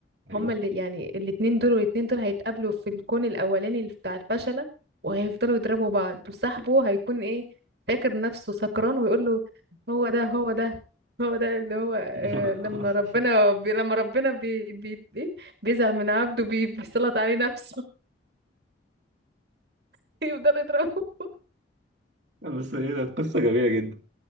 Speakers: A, on the right; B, on the right.
A: ايوه
B: هما اللي يعني الاتنين دول والاتنين دول هيتقابلوا في الكون الأولاني اللي بتاع الفشلة وهيفضلوا يضربوا بعض وصاحبه هيكون ايه فاكر نفسه سكران ويقول له هو ده هو ده هو ده اللي هو آه
A: <laughs>
B: لما ربنا بي لما ربنا بي بي إيه؟ بيزعل من عبده بي بيسلط عليه نفسه <laughs> يفضل يضربه
A: بس ايه ده قصة جميلة جدا